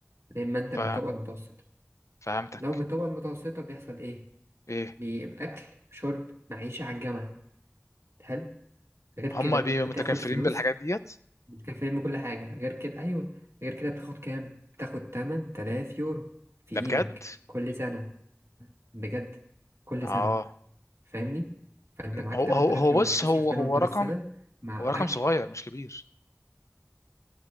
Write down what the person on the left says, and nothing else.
ف
فهمتك
ايه
هما
بيبقوا
متكفلين
بالحاجات ديت
ده بجد
اه
هو
هو
هو
بص
هو هو
رقم
هو رقم
صغير مش كبير